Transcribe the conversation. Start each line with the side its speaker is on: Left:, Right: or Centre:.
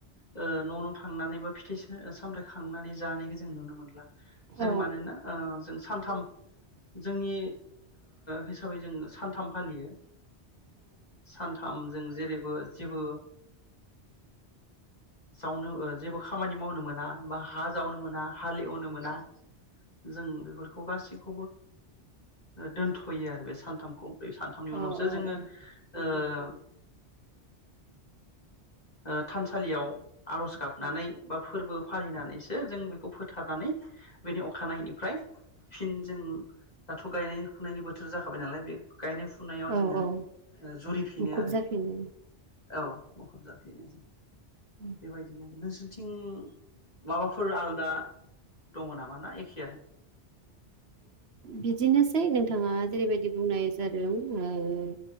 Left: न' न' थांनानै बा फिथाइ सामथायाइ खांनानै जानायखौ जों नुनो मोनला। जों
Right: औ
Left: मानोना अ जों सानथाम जोंनि हिसाबै जों सानथाम फालियो सानथाम। जों जेरैबो जेबोओ जावनो जेबो खामानि मावनो मोना। हा जावनो मोना हाल एवनो मोना। जों बेफोरखौ गासैखौबो दोनथ'यो आरो बे सानथामखौ सानथामनि
Right: औ
Left: उनावसो जोङो ओ उ <unintelligible> थानसालियाव आर'ज गाब नानै बा फोरबो फालिनानैसो जों बेखौ फोथारनानै बेनि अखानायैनिफ्राय फिन जों दाथ' गायनाय फुनायनि बोथोर जाखाबाय नालाय बे- गायनाय फुनायाव
Right: औ
Left: जोङो
Right: औ
Left: जुरिफिनो
Right: मुखुब
Left: आरो।
Right: जाफिनो
Left: औ मुखुब जा बेनो जों
Right: औ
Left: बेबायदिनो नोंसोर थिं माबाफोर आलादा दङ नामा ना एखेआनो?
Right: बिदिनोसै नोंथाङा जेरैबायदि बुंनाय जादों ओम